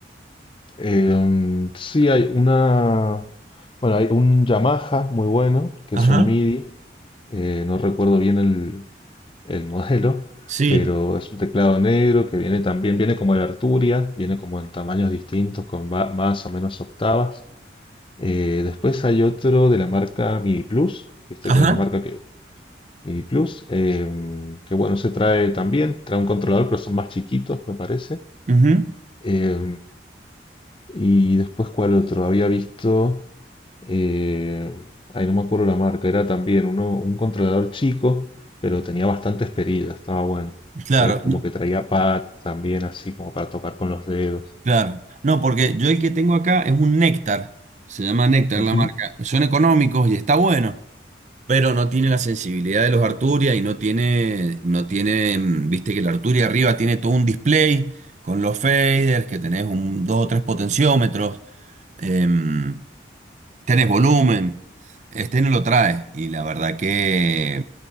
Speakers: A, on the left (about 30°); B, on the right (about 40°).
A: Eh, sí, hay una, bueno, hay un Yamaha muy bueno, que
B: Ajá,
A: es un MIDI, eh, no recuerdo bien el, el modelo,
B: sí,
A: pero es un teclado negro que viene también, viene como el Arturia, viene como en tamaños distintos, con va- más o menos octavas. Eh, después hay otro de la marca MIDI Plus, viste
B: ajá,
A: que hay una marca que MIDI Plus, eh, que bueno, se trae también, trae un controlador, pero son más chiquitos, me parece.
B: ujú,
A: Eh, y después, ¿cuál otro? Había visto eh, ahí no me acuerdo la marca, era también uno, un controlador chico, pero tenía bastantes perillas, estaba bueno.
B: claro.
A: Era como que traía pads también, así como para tocar con los dedos.
B: Claro. No, porque yo el que tengo acá es un néctar. Se llama Néctar
A: Ujú.
B: la marca. Son económicos y está bueno, pero no tiene la sensibilidad de los Arturia y no tiene, no tiene, mm, viste que el Arturia arriba tiene todo un display con los faders, que tenés un, dos o tres potenciómetros, em, tenés volumen. Este no lo trae y la verdad que